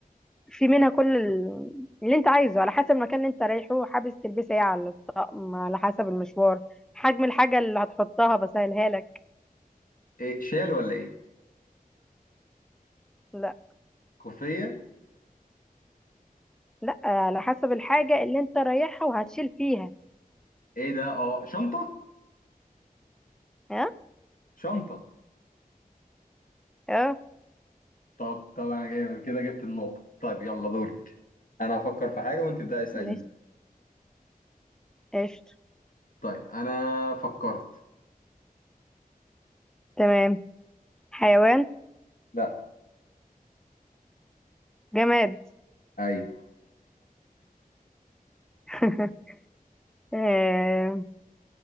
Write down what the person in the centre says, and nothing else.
في منها كل ال- اللي انت عايزه على حسب المكان اللي انت رايحه حابس تلبسها ايه على الطقم على حسب المشوار حجم الحاجة اللي هتحطها بسهلها لك
لا
لا على حسب الحاجة اللي انت رايحها وهتشيل فيها
ها
اه
مش قشطة
تمام حيوان
جماد
<laughs> آه،